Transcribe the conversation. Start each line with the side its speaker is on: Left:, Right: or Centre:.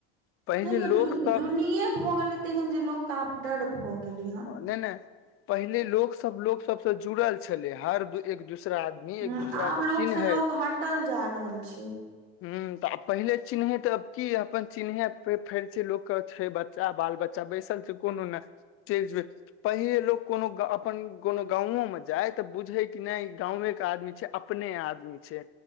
Left: पहिले
Right: नहि यौ
Left: लोक
Right: दु
Left: सब
Right: दुनिय भऽ गेलै तेहेन जे लोक कऽ आब डर भऽ गेलै हन
Left: नै नै पहिले लोक सब लोक सबसँ जुड़ल छले हर एक दूसरा आदमी
Right: हू
Left: एक दूसरा
Right: आब
Left: के चिन्है
Right: लोक सँ लोक हटल जा रहल छै
Left: ह तऽ आब पहिले चिन्ह तऽ आब की अपन चिन्ह फड़ छै लोक कऽ छै बच्चा बाल बच्चा बैसल छै कोनो नै चैल जैबे पहिले लोक कोनो अपन कोनो गाँव मऽ जाय तऽ बुझै कि नहि गाँव केँ आदमी छै अपने आदमी छै